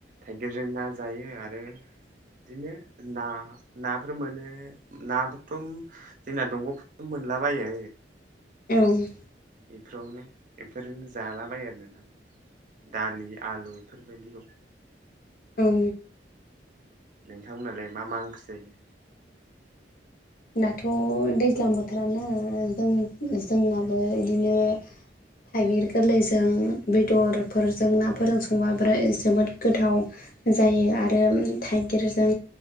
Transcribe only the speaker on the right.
थाइगिरजों ना जायो आरो बिदिनो ना नाफोर मोनो नाफोरथ' जोंना दंग' <unintelligible> मोनलाबायो
इफोरावनो इफोरजोंनो जालाबायो आरो नोंथां दालि आलु बेफोरबायदिखौ
नोंथांमोनालाय मा मा ओंख्रि जायो